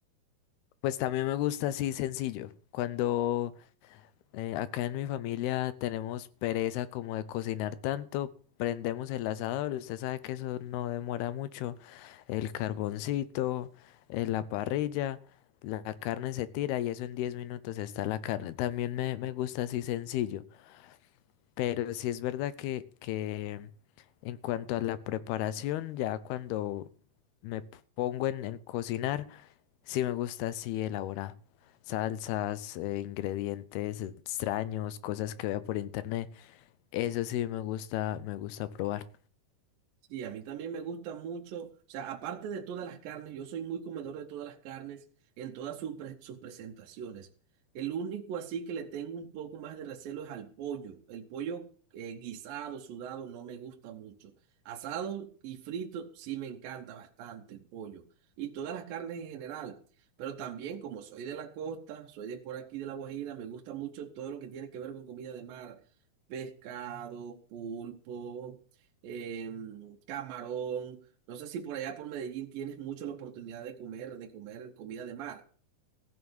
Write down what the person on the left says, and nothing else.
Pues también me gusta así sencillo. Cuando eh, acá en mi familia tenemos pereza como de cocinar tanto, prendemos el asador. Usted sabe que eso no demora mucho. El carboncito, eh, la parrilla, la carne se tira y eso en 10 minutos está la carne. También me, me gusta así sencillo. Pero sí es verdad que, que en cuanto a la preparación, ya cuando me pongo en en cocinar. Sí me gusta así elaborado. Salsas, eh, ingredientes extraños, cosas que vea por internet. Eso sí me gusta, me gusta probar.